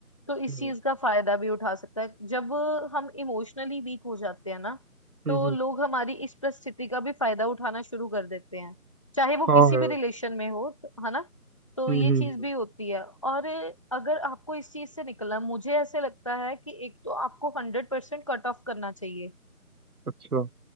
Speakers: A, on the left; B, on the right.
A: तो इस
B: हम्म
A: चीज का फायदा भी उठा सकता है जब हम इमोशनली वीक हो जाते हैं ना
B: हम्म
A: तो
B: हम्म
A: लोग हमारी इस परिस्थिति का भी फायदा उठाना शुरू कर देते हैं चाहे वो
B: हाँ
A: किसी
B: यार
A: भी रिलेशन में हो तो- है ना तो
B: हम्म
A: ये
B: हम्म,
A: चीज
B: हम्म।
A: भी होती है और अगर आपको इस चीज से निकलना मुझे ऐसे लगता है कि एक तो आपको हंड्रेड परसेंट कट ऑफ करना चाहिए
B: अच्छा